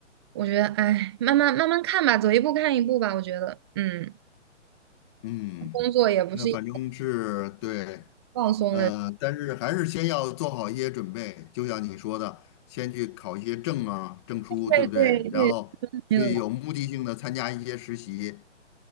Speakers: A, on the right; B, on the left.
A: 我觉得，哎，慢慢慢慢看吧，走一步看一步吧。我觉得，嗯，
B: 嗯，
A: 工作也不是一
B: 那反正是对。
A: 放松的，
B: 呃，但是还是先要做好一些准备，就像你说的，先去考一些证啊、证书，对不对？
A: 对对对，
B: 然后去有目的性的参加一些实习。
A: 没有，